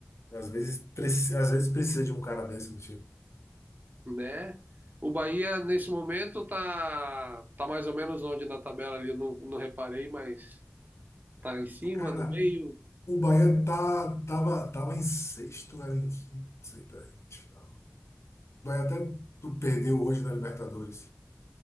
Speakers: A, on the left; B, on the right.
A: às vezes, preci- às vezes precisa de um cara desse do tipo.
B: Né? O Bahia, nesse momento, tá, tá mais ou menos onde na tabela ali, eu não, não reparei, mas tá em cima,
A: Cara,
B: no meio.
A: o Bahia tá, tava, tava em sexto, era em quinto, sei lá. Vai até tu perdeu hoje na Libertadores.